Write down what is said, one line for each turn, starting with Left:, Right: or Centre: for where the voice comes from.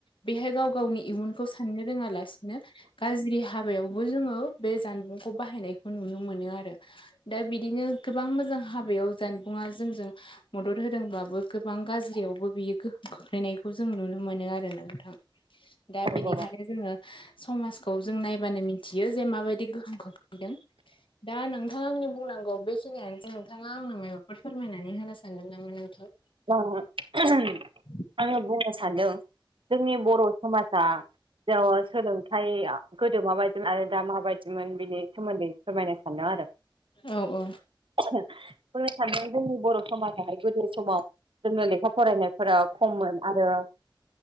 Left: बेहाय गाव गावनि इयुनखौ साननो रोङालासिनो गाज्रि हाबायावबो जोङो बे जानबुंखौ बाहायनायखौ नुनो मोनो आरो दा बिदिनो गोबां मोजां हाबायाव जानबुं जों मदद होदों गोबां गाज्रियावबो बियो गोहोम खोख्लैनायखौ जों नुनो मोनो आरो ना नोंथां दा बेनिखायनो
Right: औ
Left: जोङो समाजखौ जों नायबानो मिथियो जे माबायदि गोहोम खोख्लैदों दा नोंथाङा आंनि बुंनांगौ बेखिनियानोसै नोंथाङा आंनो माबाफोर फोरमायनानै होनो सानदों नामा नोंथां
Right: <unintelligible>
Left: <inaudible>
Right: आङो बुंनो सानदों जोंनि बर' समाजा सोलोंथायाइया गोदो माबायदिमोन आरो दा माबायदिमोन बिनि सोमोन्दै फोरमायनो सानदों आरो
Left: औ औ
Right: फोरमायनो सानदों जोंनि बर' समायहाय गोदोनि समाव जोंङोनो लेखा फरायनायफोर खममोन आरो